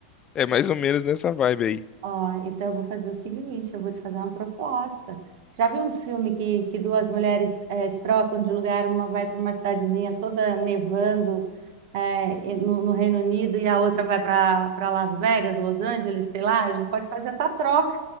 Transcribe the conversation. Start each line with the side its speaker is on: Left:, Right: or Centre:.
Left: É mais ou menos nessa vibe aí.
Right: Ó, então eu vou fazer o seguinte, eu vou te fazer uma proposta. Já viu um filme que, que duas mulheres eh, se trocam de lugar, uma vai para uma cidadezinha toda nevando eh, e no, no Reino Unido e a outra vai para para Las Vegas, Los Angeles, sei lá, a gente pode fazer essa troca.